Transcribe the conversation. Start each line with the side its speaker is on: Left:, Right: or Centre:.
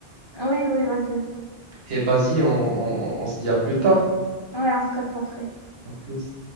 Left: Oui, oui, vas-y.
Right: et vas-y, on on- on se dit à plus tard.
Left: Ouais, on se capte après.
Right: À plus.